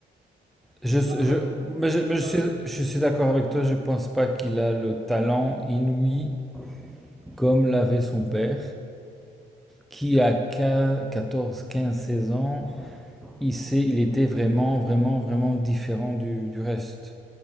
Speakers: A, in the centre; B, on the right.
A: Je, je,
B: Après, au-
A: mais
B: aujourd'hui,
A: je, mais je
B: dans
A: suis,
B: le-
A: je suis d'accord avec toi, je pense pas qu'il a le talent inouï comme l'avait son père, qui à 15, 14, 15, 16 ans, il sait, il était vraiment, vraiment, vraiment différent du, du reste.